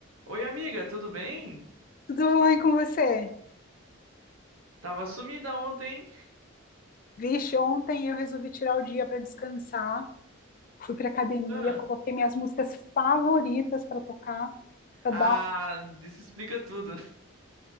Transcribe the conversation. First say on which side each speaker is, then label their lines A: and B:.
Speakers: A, on the right; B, on the left.
A: Oi, amiga, tudo bem?
B: Tudo bem com você?
A: Tava sumida ontem, hein?
B: Vixe, ontem eu resolvi tirar o dia para descansar, fui para academia,
A: Ah,
B: coloquei minhas músicas favoritas para tocar, para
A: ah,
B: dar. um-
A: isso explica tudo.